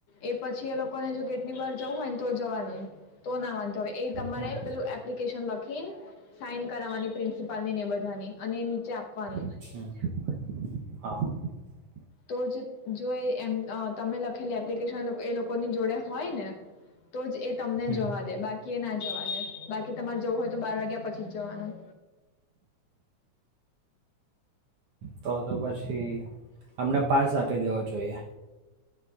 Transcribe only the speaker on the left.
એ પછી એ લોકોને જો કે. <inaudible> જવું હોય ને તો જવાનું તો ના હવે એ તમારે
પેલું એપ્લિકેશન કેમ સાઈન કરાવવાની પ્રિન્સિપાલ ની ને બધાની અને નીચે આપવાની.
તો જ જો એમ તમે લખેલી એપ્લિકેશન એ લોકોની જોડે હોય ને તો જ એ તમને
જવા દે બાકી એ ના જવા દે. બાકી તમારે જવું હોય તો બાર વાગ્યા પછી જ જવાનું.